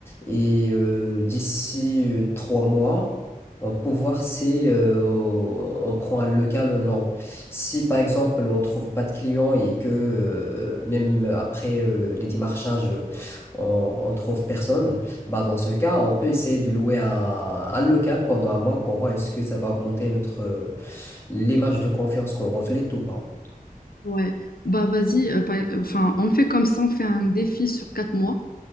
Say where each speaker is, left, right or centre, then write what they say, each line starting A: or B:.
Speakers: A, on the left; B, on the left.
A: et euh, d'ici euh, trois mois, on peut voir si euh, on prend un local ou non. Si par exemple on trouve pas de clients et que euh, même après euh, les démarchages on, on trouve personne, bah dans ce cas, on peut essayer de louer un, un local pendant un mois pour voir est-ce que ça va augmenter notre l'image de confiance qu'on reflète ou pas.
B: Ouais, bah vas-y, euh, par- e-, enfin, on fait comme ça, on fait un défi sur quatre mois